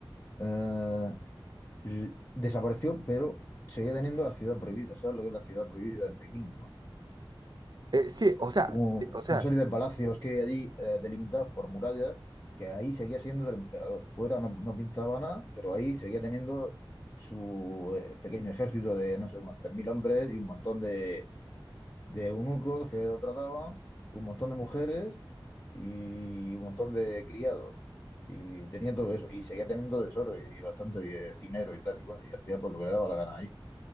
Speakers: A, on the left; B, on the right.
A: eh, y desapareció, pero seguía teniendo la ciudad prohibida, ¿sabes lo que es la ciudad prohibida en Pekín, ¿no?
B: Eh, sí, o sea,
A: Como
B: de- o sea,
A: una serie de palacios que hay allí eh, delimitados por murallas, que ahí seguía siendo del emperador. Fuera no, no pintaba nada, pero ahí seguía teniendo su eh, pequeño ejército de, no sé, unos 3.000 hombres y un montón de de eunucos que lo trataban, un montón de mujeres y un montón de criados. Y tenía todo eso, y seguía teniendo tesoro y bastante di- dinero y tal y cual, y hacía por lo que le daba la gana ahí.